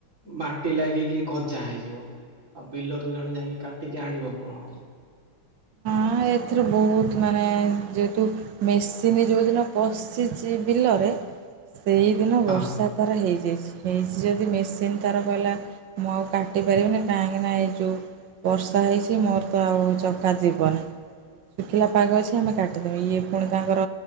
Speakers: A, on the right (about 35°); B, on the right (about 70°).
A: ମାଟି ଲାଗିକି ଗଜା ହେଇଯିବ ଆଉ ବିଲରୁ ଜଣେ ଯାଇକି କାଟିକି ଆଣିବ କଣ?
B: ହଁ ଏଥିରୁ ବହୁତ ମାନେ ଯେହେତୁ ମେସିନି ଯୋଉଦିନ ପଶିଛି ବିଲରେ ସେଇଦିନ
A: ହଁ
B: ବର୍ଷା ତାର ହେଇଚି। ହେଇଚି ଯଦି ମେସିନ୍ ତାର କହିଲା ମୁଁ ଆଉ କାଟି ପାରିବିନି କାହିଁକି ନା ଏ ଯୋଉ ବର୍ଷା ହେଇଛି ମୋର ତ ଆଉ ଚକା ଯିବନି। ଶୁଖିଲା ପାଗ ଅଛି ଆମେ କାଟିଦବା। ଇଏ ପୁଣି ତାଙ୍କର